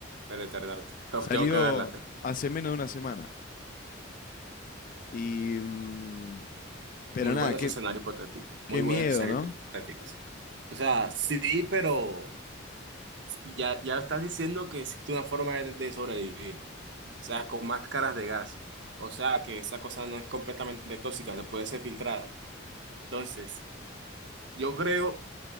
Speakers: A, on the right (about 60°); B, on the left (about 45°).
A: el Eternauta. <laughs> Pero
B: Salió
A: tengo que verla. te-
B: hace menos de una semana. Y mm, pero
A: Muy
B: nada,
A: bueno
B: qué,
A: ese escenario hipotético,
B: qué
A: muy
B: miedo,
A: buenos escenarios
B: ¿no?
A: hipotéticos. O sea, sí, pero ya, ya estás diciendo que existe una forma de, de sobrevivir, o sea, con máscaras de gas. O sea, que esa cosa no es completamente tóxica, se puede ser filtrada. Entonces, yo creo